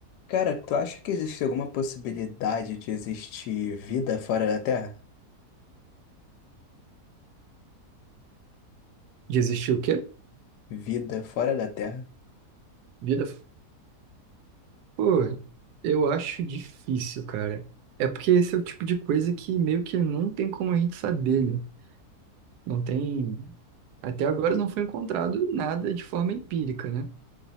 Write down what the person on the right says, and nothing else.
De existir o quê?
Vida. Pô, eu acho difícil, cara. É porque esse é o tipo de coisa que meio que não tem como a gente saber, né? Não tem. Até agora não foi encontrado nada de forma empírica, né?